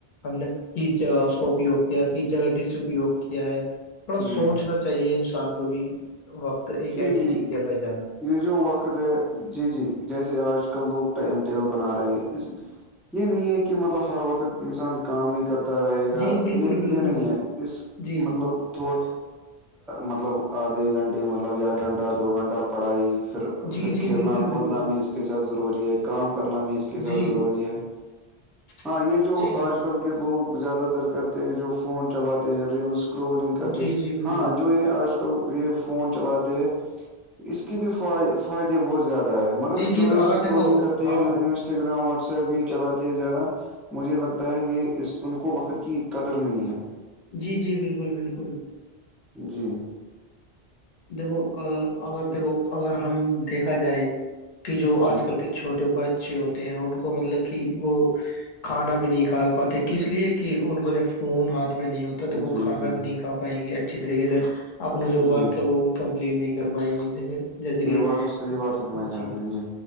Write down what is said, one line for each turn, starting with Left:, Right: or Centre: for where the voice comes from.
Left: ہم نے کس جگہ اس کو اپیوگ کیا کس جگہ ڈسیوگ کیا ہے بڑا سوچنا
Centre: جی
Left: چاہیے انسان کو بھی وقت ایک
Centre: جی
Left: ایسی چیز
Centre: جی
Left: ہے بائی جان
Centre: یہ جو وقت ہے جی جی جیسے آج کل لوگ ٹائم ٹیبل بنا رہے ہیں اس یہ نہیں ہے کہ مطلب ہر وقت انسان کام ہی کرتا رہے گا
Left: جی بالکل
Centre: یہ
Left: بالکل
Centre: یہ نہیں
Left: بالکل
Centre: ہے اس
Left: جی جی
Centre: مطلب تھوڑ مطلب آدھے گھنٹے مطلب ایک گھنٹہ دو گھنٹہ پڑھائی پھر
Left: جی
Centre: پھر
Left: جی
Centre: کھیلنا
Left: بالکل
Centre: کودنا
Left: بالکل
Centre: بھی اس کے ساتھ ضروری ہے کام کرنا بھی اس کے ساتھ
Left: جی
Centre: ضروری ہے
Left: <unintelligible>
Centre: ہاں یہ جو
Left: جی جی
Centre: آج کل کے لوگ زیادہ تر کرتے ہیں جو فون چلاتے ہیں ریلس کرنگ کرتے
Left: جی جی بالکل
Centre: ہاں جو یہ آج کل یہ فون چلاتے ہیں اس کے بھی ف فائدے بہت زیادہ مگر
Left: جی جی
Centre: جو یہ
Left: اگر
Centre: اسکرولنگ
Left: دیکھو
Centre: کرتے
Left: ہاں
Centre: ہیں ریل انسٹاگرام واٹس ایپ یہ چلاتے ہے زیادہ مجھے لگتا ہے یہ اس ان کو وقت کی قدر نہیں ہے
Left: جی جی بالکل بالکل
Centre: جی
Left: دیکھو اگر دیکھو اگر ہم دیکھا جائے کہ جو
Centre: جی
Left: آج کل کے چھوٹے بچے ہوتے ہیں ان کو مطلب کہ وہ کھانا بھی نہیں کھا پاتے کس لیے کہ ان کو جب فون ہاتھ میں نہیں ہوتا تو وہ
Centre: جی
Left: کھانا
Centre: جی
Left: بھی نہیں کا پائیں گے اچھی طریقے سے اپنا جو
Centre: جی
Left: ہے وہ بھی کمپلیٹ نہیں کر پائیں گے ج جیسے کہ
Centre: یہ بات تو صحیح بات فرمائی
Left: ج
Centre: آپ نے جی